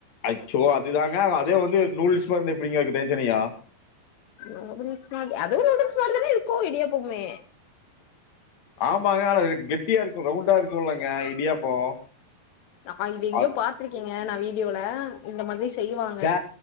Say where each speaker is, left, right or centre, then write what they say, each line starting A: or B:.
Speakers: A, on the left; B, on the left.
A: அச்சோ அதுதாங்க அதே வந்து நூடுல்ஸ்மார்ருந்தா எப்புடிங்க இருக்கும் தனி தனியா
B: நூடுல்ஸ் மாதிரி அதுவும் நூடுல்ஸ் மாரிதானே இருக்கும் இடியாப்புமே
A: ஆமாங்க ஆனா அது கெட்டியா இருக்கும் ரவுண்டா இருக்கும்லங்க இடியாப்போ
B: நா இது எங்கயோ
A: அ
B: பாத்திருக்கேங்க நா வீடியோல இந்த மாதிரி செய்வா
A: ஜ